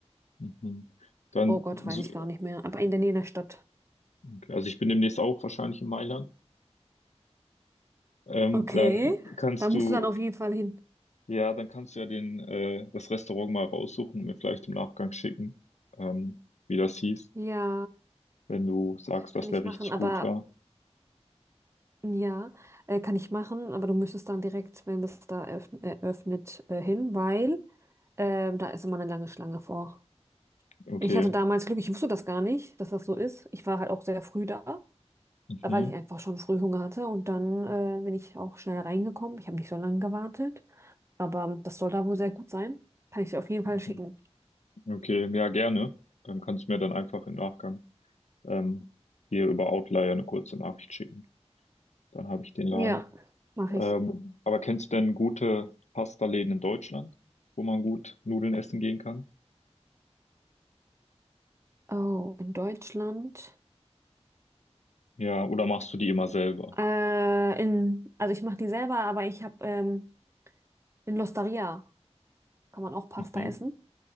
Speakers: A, on the left; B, on the right.
A: Mhm. Dann,
B: Oh Gott, weiß
A: so-
B: ich gar nicht mehr. Aber in der Nähe der Stadt.
A: okay, also ich bin demnächst auch wahrscheinlich in Mailand. Ähm,
B: Okay.
A: dann kannst
B: Da musst
A: du,
B: du dann auf jeden Fall hin.
A: ja, dann kannst du ja den, äh, das Restaurant mal raussuchen und mir vielleicht im Nachgang schicken, ähm, wie das hieß,
B: Ja,
A: wenn du sagst,
B: kann
A: dass der
B: ich machen.
A: richtig
B: Aber
A: gut war.
B: Ja, äh, kann ich machen, aber du müsstest dann direkt, wenn das da eröffn- äh, äh, hin, weil ähm, da ist immer eine lange Schlange vor.
A: Okay.
B: Ich hatte damals Glück, ich wusste das gar nicht, dass das so ist. Ich war halt auch sehr früh da,
A: Mhm.
B: weil ich einfach schon früh Hunger hatte und dann äh, bin ich auch schnell reingekommen. Ich habe nicht so lange gewartet, aber das soll da wohl sehr gut sein. Kann ich dir auf jeden
A: Mhm.
B: Fall schicken.
A: Okay, ja, gerne. Dann kannst du mir dann einfach im Nachgang ähm, hier über Outlier eine kurze Nachricht schicken. Dann habe ich den Laden.
B: Ja, mache ich.
A: Ähm, aber kennst du denn gute Pasta-Läden in Deutschland, wo man gut Nudeln essen gehen kann?
B: Oh, in Deutschland.
A: Ja, oder machst du die immer selber?
B: Äh, in, also ich mache die selber, aber ich habe ähm, in L'Osteria. kann man auch Pasta
A: Mhm.
B: essen.